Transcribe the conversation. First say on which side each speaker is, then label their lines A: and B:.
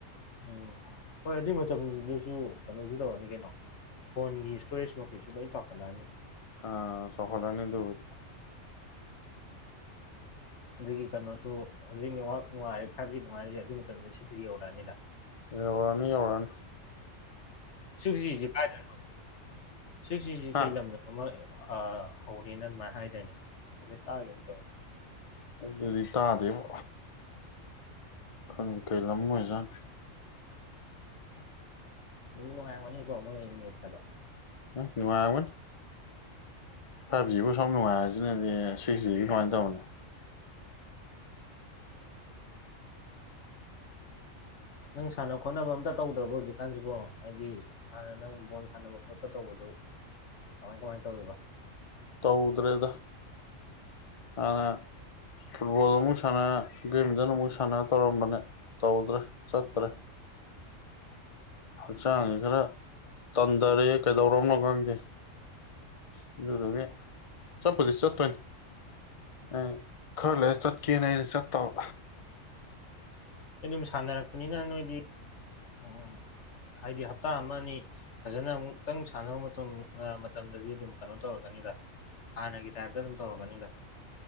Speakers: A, on the left; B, on the left.
A: ꯎꯝ ꯍꯣꯏ ꯑꯗꯨꯏ ꯃꯇꯝꯗꯨꯁꯨ ꯀꯩꯅꯣꯁꯨ ꯇꯧꯔꯅꯤ ꯀꯩꯅꯣ ꯐꯣꯟꯒꯤ ꯏꯁꯇꯣꯔꯦꯖ ꯃꯈꯩꯁꯨ ꯂꯣꯏ ꯆꯥꯎꯈꯠꯂꯛꯑꯅꯤ
B: ꯑꯥ ꯆꯥꯑꯣꯈꯠꯂꯛ ꯑꯅꯤ ꯑꯗꯨꯕꯨꯗꯤ
A: ꯑꯗꯨꯒꯤ ꯀꯩꯅꯣꯁꯨ ꯍꯧꯖꯤꯛ ꯅꯦꯠꯋꯥꯛ ꯅꯨꯡꯉꯥꯏꯔꯦ ꯐꯥꯏꯚ ꯖꯤ ꯅꯨꯡꯉꯥꯏꯔꯤꯁꯦ ꯑꯗꯨ ꯃꯇꯝꯗ ꯁꯤꯛꯁ ꯖꯤ ꯌꯧꯔꯛꯑꯅꯤꯗ
B: ꯌꯧꯔꯅꯤ ꯌꯧꯔꯅꯤ
A: ꯁꯤꯖꯤꯁꯤ ꯀꯥꯏꯗꯅꯣ ꯁꯤꯛꯖꯤꯁꯤ
B: ꯍꯥ
A: ꯀꯩ ꯂꯝꯗꯅꯣ ꯑꯃꯥ ꯑꯥ ꯍꯧꯔꯦꯅ ꯑꯗꯨꯃꯥꯏꯅ ꯍꯥꯏꯗꯣꯏꯅꯦ ꯍꯧꯐꯦꯠ ꯇꯥꯒꯤꯒꯨꯝ ꯇꯧꯋꯦ
B: ꯑꯗꯨꯗꯥꯗꯤ ꯇꯥꯗꯦꯕꯣ ꯈꯡꯗ ꯀꯩ ꯂꯝ ꯑꯣꯏꯖꯟ
A: ꯅꯨꯡ ꯗꯤ ꯅꯨꯉꯥꯏꯔꯝꯒꯅꯤꯀꯣ ꯃꯣꯏ ꯅꯦꯇꯀꯥꯗꯣ
B: ꯅꯨꯉꯥꯏꯔꯝꯒꯅꯤ ꯐꯥꯏꯚ ꯖꯤꯕꯨ ꯁ ꯅꯨꯡꯉꯥꯏꯔꯁꯤꯅꯗꯤ ꯁꯤꯛꯁ ꯖꯤꯒꯤ ꯀꯃꯥꯏꯅ ꯇꯧꯅꯤ
A: ꯅꯪ ꯁꯥꯟꯅ ꯈꯣꯠꯅꯕ ꯑꯝꯇ ꯇꯧꯗ꯭ꯔꯕꯣ ꯍꯧꯖꯤꯛꯀꯥꯟꯁꯤꯕꯣ ꯍꯥꯏꯗꯤ ꯍꯥꯟꯅ ꯅꯪ ꯕꯣꯜ ꯁꯥꯟꯅꯕ ꯈꯣꯠꯄ ꯇꯧꯕꯗꯣ ꯀꯃꯥꯏ ꯀꯃꯥꯏꯅ ꯇꯧꯔꯤꯕ
B: ꯇꯧꯗ꯭ꯔꯦꯗ ꯍꯥꯟꯅ ꯐꯨꯠꯕꯣꯜ ꯑꯃꯨꯛ ꯁꯥꯟꯅ ꯕꯤꯃꯤꯟꯠꯟ ꯑꯃꯨꯛ ꯁꯥꯟꯅ ꯇꯧꯔꯝꯕꯅꯦ ꯇꯧꯗ꯭ꯔꯦ ꯆꯠꯇ꯭ꯔꯦ ꯍꯛꯆꯥꯡꯁꯦ ꯈꯔ ꯇꯟꯊꯔꯦ ꯀꯩꯗꯧꯔꯣꯅꯣ ꯈꯪꯗꯦ ꯑꯗꯨꯗꯨꯗꯒꯤ ꯆꯠꯄꯨꯗꯤ ꯆꯠꯇꯣꯏꯅꯤ ꯑꯦ ꯈꯔ ꯂꯩꯔ ꯆꯠꯀꯦꯅ ꯑꯩꯅ ꯆꯠꯇꯕ
A: ꯑꯩ ꯑꯗꯨꯝ ꯁꯥꯟꯅꯔꯛꯄꯅꯤꯅ ꯅꯣꯏꯗꯤ ꯎꯝ ꯎꯝ ꯍꯥꯏꯗꯤ ꯍꯞꯇꯥ ꯑꯃ ꯑꯅꯤ ꯐꯖꯅ ꯑꯃꯨꯛꯇꯪ ꯁꯥꯟꯅꯔꯨ ꯃꯇꯨꯡ ꯃꯇꯝꯗꯗꯤ ꯑꯗꯨꯝ ꯀꯩꯅꯣ ꯇꯧꯔꯛꯀꯅꯤꯗ ꯍꯥꯟꯅꯒꯤ ꯇꯥꯏꯞꯇ ꯑꯗꯨꯝ ꯇꯧꯔꯛꯀꯅꯤꯗ